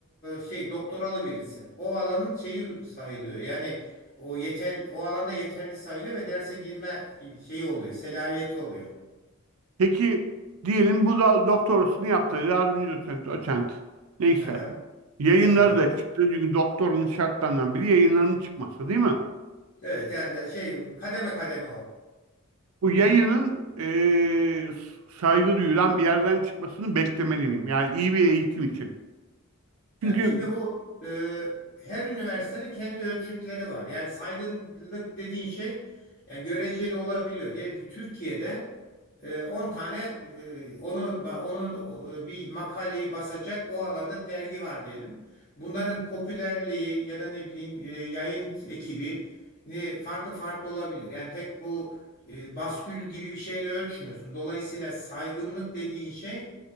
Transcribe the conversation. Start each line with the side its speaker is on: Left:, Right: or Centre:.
Left: şey doktoralı birisi o alanın şeyi sayılıyor. Yani o yeter o alanda yeterli sayılıyor ve derse girme şeyi oluyor selahiyeti oluyor.
Right: Peki diyelim bu da doktorasını yaptı. Yardımcı doçent, doçent. Neyse.
Left: Aha,
Right: Yayınları
Left: aha.
Right: da çıktı. Çünkü doktorunun şartlarından biri yayınlarının çıkması değil mi?
Left: Evet yani şey kademe kademe o.
Right: Bu yayının eee, saygı duyulan bir yerden çıkmasını beklemeli miyim? Yani iyi bir eğitim için. Çünkü
Left: Ya şimdi bu e, her üniversitenin kendi ölçütleri var. Yani saygınlık dediğin şey yani göreceli olabiliyor. Diyelim ki Türkiye'de e, 10 tane e, onu onu e, bir makaleyi basacak o alanda dergi var diyelim. Bunların popülerliği ya da ne bileyim e, yayın ekibi ne farklı farklı olabilir. Yani tek bu e, baskül gibi bir şeyle ölçmüyorsun. Dolayısıyla saygınlık dediğin şey